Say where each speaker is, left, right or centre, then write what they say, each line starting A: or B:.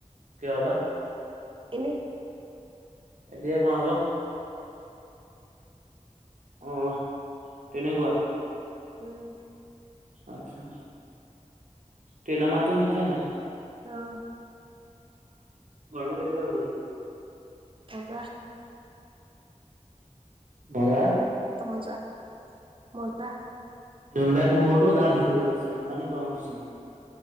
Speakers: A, on the right; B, on the right.
A: কিয়? <unintelligible>
B: এনে।
A: এতিয়া কোৱা আক? অ', তেনেকুৱা।
B: উম।
A: আচ্ছা। ট্ৰেনব় মাটতো সুনিচা নাই?
B: অ'।
A: গৰম কেনেকুৱা? <unintelligible>
B: মজা
A: ভজা
B: মজা মজা
A: যোনবাই পোহৰটো গাত ধৰিব লৈছে নিপানে গৰম উঠিছে মো।